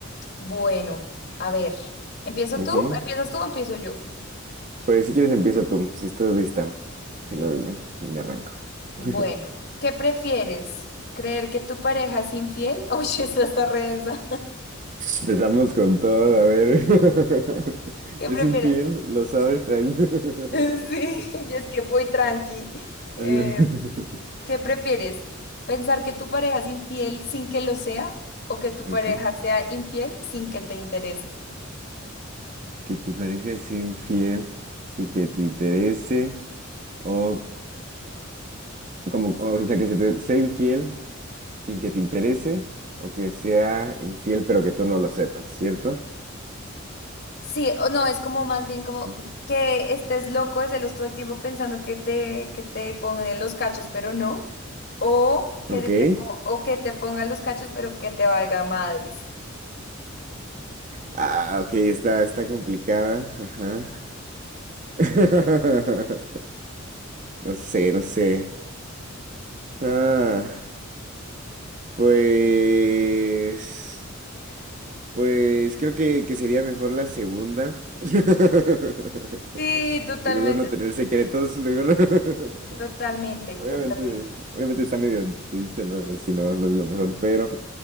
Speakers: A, on the left; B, on the right.
A: bueno, a ver, ¿empiezo
B: Ujú.
A: tú? ¿Empiezas tú o empiezo yo?
B: Pues si quieres empieza tú, si estás lista. Si no, dime, me arranco. <laughs>
A: Bueno, ¿qué prefieres? ¿Creer que tu pareja es infiel? <laughs> Uy, esa está re densa.
B: Empezamos con todo, a ver. <laughs>
A: ¿Qué
B: Es
A: prefieres?
B: infiel,
A: <laughs>
B: ¿lo sabes? Ay, no. <laughs>
A: Sí,
B: Está
A: yo es que voy tranqui. Eh,
B: bien. <laughs>
A: ¿qué prefieres? ¿Pensar que tu pareja es infiel sin que lo sea o que tu
B: Ok,
A: pareja sea infiel sin que te interese?
B: que tu pareja sea infiel, sí que te interese. o Como, o sea, que se te sea infiel sin que te interese o que sea infiel pero que tú no lo sepas, ¿cierto?
A: Sí, o no, es como más bien como
B: Ah.
A: que estés loco de celos todo el tiempo pensando que te, que te pongan los cachos, pero no. O que
B: Ok.
A: te, te po- o que te pongan los cachos, pero que te valga madres.
B: Ah, ok, está, está complicada. Ajá. <laughs> No sé, no sé. Ah, pues, pues creo que, que sería mejor la segunda. <laughs>
A: Sí, totalmente,
B: Sí, mejor no tener secretos, mejor. <laughs>
A: totalmente,
B: Obviamente,
A: totalmente.
B: obviamente está medio triste, ¿no? Si no, no es lo mejor, pero.